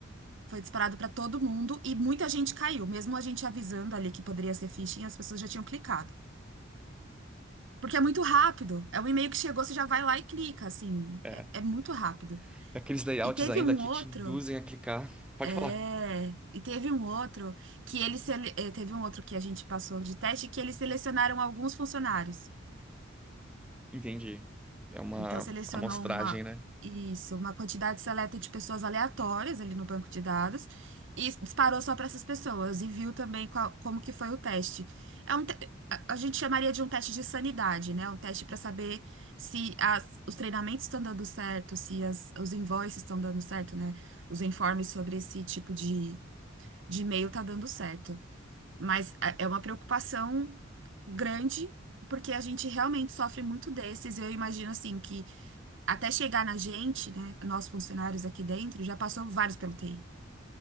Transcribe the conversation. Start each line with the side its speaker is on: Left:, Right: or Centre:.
Right: Foi disparado para todo mundo e muita gente caiu. Mesmo a gente avisando ali que poderia ser phishing, as pessoas já tinham clicado. Porque é muito rápido. É um e-mail que chegou, você já vai lá e clica, assim.
Centre: É.
Right: É, é muito rápido.
Centre: Aqueles layouts
Right: E teve
Centre: ainda
Right: um
Centre: que
Right: outro.
Centre: te induzem a clicar. Pode
Right: É,
Centre: falar.
Right: e teve um outro que ele sele- eh, teve um outro que a gente passou de teste que eles selecionaram alguns funcionários.
Centre: Entendi. É uma
Right: Então, selecionou
Centre: amostragem,
Right: uma,
Centre: né?
Right: isso, uma quantidade seleta de pessoas aleatórias ali no banco de dados e disparou só para essas pessoas e viu também qual- como que foi o teste. É um te- a a gente chamaria de um teste de sanidade, né? Um teste para saber se as- os treinamentos estão dando certo, se as- os invoices estão dando certo, né? Os informes sobre esse tipo de, de e-mail tá dando certo. Mas é é uma preocupação grande, porque a gente realmente sofre muito desses. Eu imagino assim que até chegar na gente, né, nós funcionários aqui dentro, já passou vários pelo TI,